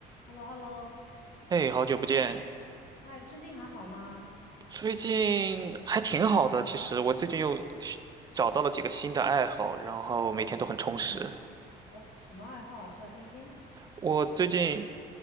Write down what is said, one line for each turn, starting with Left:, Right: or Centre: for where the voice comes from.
Left: h e l l o h e l l o
Right: 哎，好久不见，
Left: 嗨，最近还好吗？
Right: 最近还挺好的。其实我最近又找到了几个新的爱好，然后每天都很充实。
Left: 嗯，哦，什么爱好啊？说来听听。
Right: 我最近